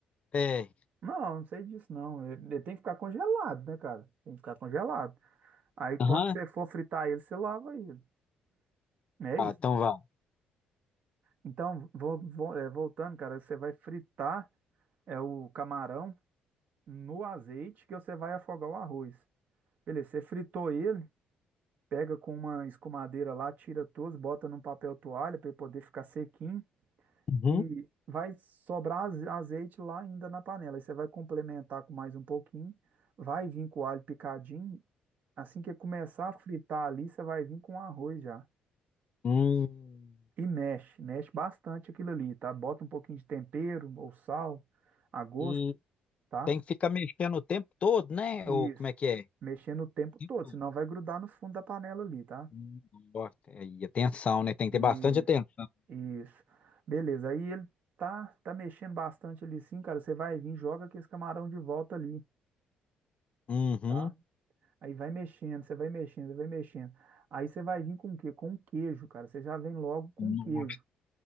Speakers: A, on the left (about 40°); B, on the right (about 55°).
A: É.
B: Não, não sei disso não. Ele, ele tem que ficar congelado, né, cara? Tem que ficar congelado. Aí quando
A: Aham.
B: você for fritar ele, você lava ele. É
A: Ah,
B: isso.
A: então vai.
B: Então, vo- vo- é, voltando, cara, você vai fritar é o camarão no azeite que você vai afogar o arroz. Beleza, você fritou ele, pega com uma escumadeira lá, tira todos, bota num papel toalha para ele poder ficar sequinho.
A: Uhum.
B: E vai sobrar aze- azeite lá ainda na panela. Aí você vai complementar com mais um pouquinho. Vai vir com o alho picadinho. Assim que começar a fritar ali, você vai vir com o arroz já.
A: Hum.
B: E mexe, mexe bastante aquilo ali, tá? Bota um pouquinho de tempero ou sal a gosto,
A: E
B: tá?
A: tem que ficar mexendo o tempo todo, né?
B: Isso.
A: Ou como é que é? O
B: Mexendo o tempo
A: tempo
B: todo,
A: todo.
B: senão vai grudar no fundo da panela ali, tá?
A: Hum, nossa, E atenção, né? Tem que
B: Isso,
A: ter bastante atenção.
B: isso. Beleza. Aí ele tá, tá mexendo bastante ali sim, cara. Você vai vir, joga aqui esse camarão de volta ali.
A: Uhum.
B: tá? Aí vai mexendo, você vai mexendo, você vai mexendo. Aí você vai vir com o quê? Com o queijo, cara. Você já vem logo com
A: Nossa.
B: o queijo.